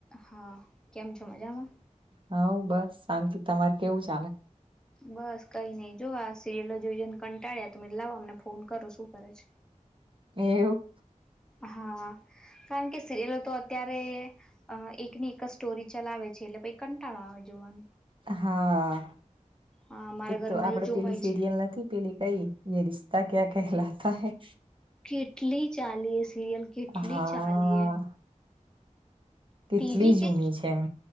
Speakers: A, in the centre; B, on the right (about 40°).
A: હા કેમ છો મજામાં
B: હા બસ શાંતથી તમાર કેવું ચાલે
A: બસ કઈ નઈ જો આ સિરિયલો જોઈને કંટાળ્યા તમે લાવો અમને ફોન કરો શું કરે છે
B: એવું
A: હા કારણ કે સિરિયલો તો અત્યારે અ એકની એક જ સ્ટોરી ચલાવે છે એટલે પછ કંટાળો આવે જોવાની
B: હા
A: હા મારા
B: એક
A: ઘરમાં
B: તો આપડે
A: હજુ જોવાય
B: પેલી સિરિયલ
A: છે
B: નથી પેલી કઈ યે રિશ્તા ક્યાં કે કહેલાતા હૈ
A: કેટલી ચાલીએ સિરિયલ કેટલી
B: હા
A: ચાલી એ
B: કેટલી
A: ત્રીજી કે
B: જૂની છે એમ